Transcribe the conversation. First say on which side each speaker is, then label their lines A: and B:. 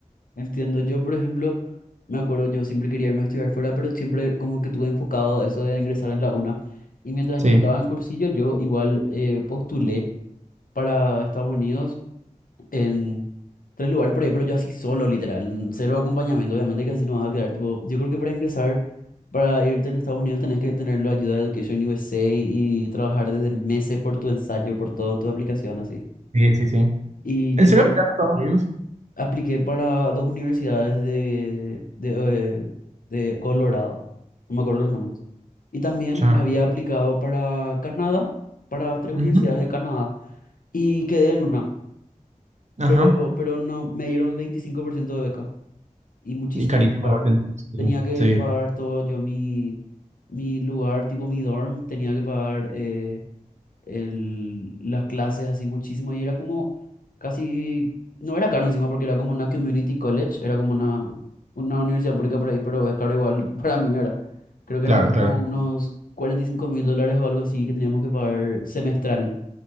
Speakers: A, on the left; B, on the right.
A: Entiendo. Yo, por ejemplo, me acuerdo, yo siempre quería irme a estudiar fuera, pero siempre como que tuve enfocado eso de ingresar en la UNA. Y mientras
B: Sí.
A: yo estaba en cursillo, yo igual eh, postulé para Estados Unidos en tres lugares por ahí, pero yo así solo, literal, en cero acompañamiento, obviamente que así no vas a quedar. Tipo, yo creo que para ingresar, para irte en Estados Unidos, tenés que tener la ayuda de Education USA y trabajar desde meses por tu ensayo, por toda tu aplicación, así.
B: Sí, sí, sí.
A: Y
B: ¿En
A: yo
B: serio aplicaste a Estados Unidos?
A: apliqué para dos universidades de, de, eh, de Colorado, no me acuerdo los nombres. Y también
B: Chao.
A: había aplicado para Canadá, para tres universidades
B: Ujú,
A: de Canadá, y quedé en una,
B: Ajá.
A: pero, pero no, me dieron 25% de beca y muchísimo
B: Y carísimo
A: había que pagar.
B: igualmente. Sí,
A: Tenía que
B: sí,
A: pagar todo yo, mi, mi lugar, tipo mi dorm, tenía que pagar eh, el- las clases así muchísimo y era como casi, no era caro encima porque era como una community college, era como una, una universidad pública por ahí, pero es caro igual <laughs> para mí era. Creo que
B: claro,
A: eran como
B: claro.
A: unos cuarenta y cinco mil dólares o algo así que teníamos que pagar semestral